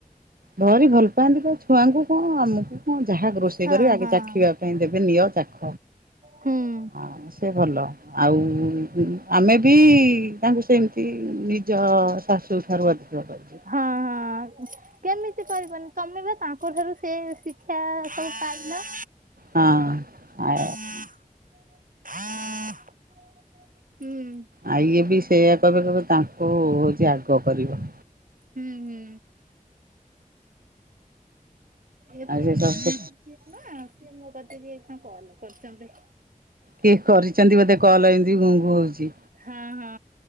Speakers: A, on the right (about 85°); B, on the right (about 70°).
A: ଧରି ଭଲ ପାଆନ୍ତି ତ ଛୁଆଙ୍କୁ କଣ ଆମକୁ କଣ ଯାହା ଗୋଷ ରୋଷେଇ
B: ହଁ,
A: କର ଆଗେ
B: ହଁ, ହଁ,
A: ଚାଖିବା ପାଇଁ ଦେବେ ନିଅ ଚାଖ
B: ହୁଁ,
A: ଆ ସେ ଭଲ। ଆଉ ଆମେ ବି ତାଙ୍କୁ ସେମିତି ନିଜ ଶାଶୁଠାରୁ ଅଧିକ କରି
B: ହଁ ହଁ କେମିତି କରିବନି ତମେ ବା ତାଙ୍କ ଠାରୁ ସେ ଶିକ୍ଷା ସବୁ ପାଇଲ।
A: ହଁ ଆ
B: ହୁଁ।
A: ଆ ଇଏ ବି ସେଇୟା କହବେ କିବ ତାଙ୍କୁ ହଉଛି ଆଗ କରିବ
B: ହୁଁ ହୁଁ। ଏ
A: ଆଉ
B: ପୁରୀରୁ
A: ସେ ଶାଶୁ
B: ମାନେ ଝିଏ ନା ସିଏ ମୋ କତିକି ଏଇକା କଲ କରିଛନ୍ତି।
A: କିଏ କରିଚନ୍ତି ବୋଧେ କଲ ଏନ୍ତି ଘୁଁ ଘୁଁ ହଉଚି।
B: ହଁ ହଁ